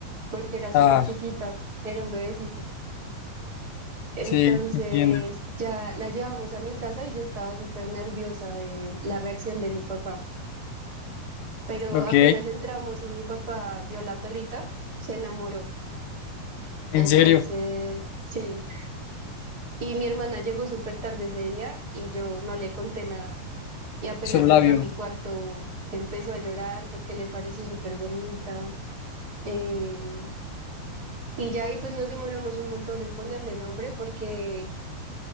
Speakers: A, on the right (about 30°); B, on the left (about 80°).
A: porque era súper
B: Ah,
A: chiquita, era un bebecito. Entonces
B: sí, entiendo.
A: ya la llevamos a mi casa y yo estaba súper nerviosa de la reacción de mi papá. Pero
B: Ok,
A: apenas entramos y mi papá vio a la perrita, se enamoró.
B: en
A: Entonces,
B: serio,
A: sí. Y mi hermana llegó súper tarde ese día y yo no le conté nada. Y apenas
B: solo
A: entró
B: la vio.
A: a mi cuarto, empezó a llorar porque le pareció súper bonita. Em, y ya ahí pues nos demoramos un montón en ponerle nombre porque